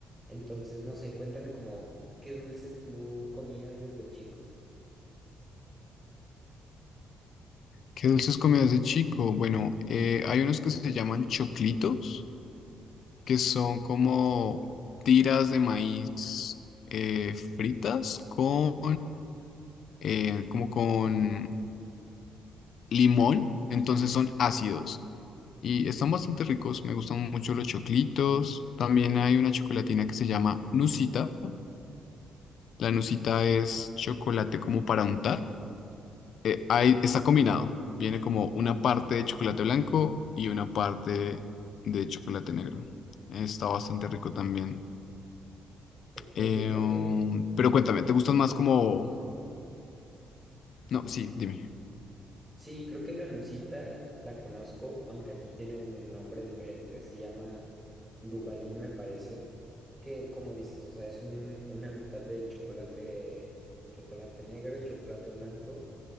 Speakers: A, on the right; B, on the left.
A: Entonces, no sé, cuéntame como qué dulces tú comías desde chico.
B: ¿Qué dulces comías de chico? Bueno, eh, hay unos que se llaman choclitos, que son como tiras de maíz eh, fritas con, eh, como con limón, entonces son ácidos. Y están bastante ricos, me gustan mucho los choclitos. También hay una chocolatina que se llama Nusita La nucita es chocolate como para untar. Eh, ahí está combinado. Viene como una parte de chocolate blanco y una parte de chocolate negro. Está bastante rico también.
A: Ok,
B: Eh,
A: creo
B: um,
A: que...
B: pero cuéntame,
A: ay,
B: ¿te gustan más como... No,
A: ajá.
B: sí, dime.
A: Sí, creo que la Nusita la conozco, aunque aquí tiene un nombre diferente, se llama Dubalín, me parece, que como dices, o sea, es un, una mitad de chocolate, chocolate negro y chocolate blanco,